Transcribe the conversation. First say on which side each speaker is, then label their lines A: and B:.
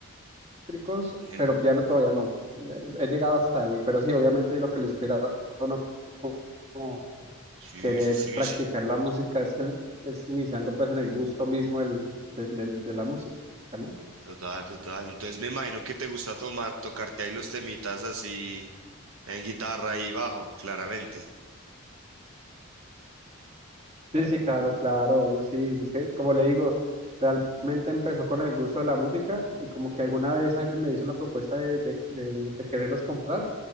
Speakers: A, on the right; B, on the right.
A: eléctricos,
B: gen-
A: pero piano todavía no. Eh, He llegado hasta ahí, pero sí, obviamente lo que le inspira a uno como
B: sí,
A: querer
B: sí, sí,
A: practicar
B: sí,
A: la música es el, es iniciando pues en el gusto mismo del, del- del- de la música, ¿no?
B: total, total. Entonces me imagino que te gusta tomar, tocarte ahí los temitas así en guitarra y bajo, claramente.
A: Sí, sí, claro, claro, yo sí, es que como le digo, realmente empezó con el gusto de la música y como que alguna vez alguien me hizo la propuesta de, de, de de quererlos comprar.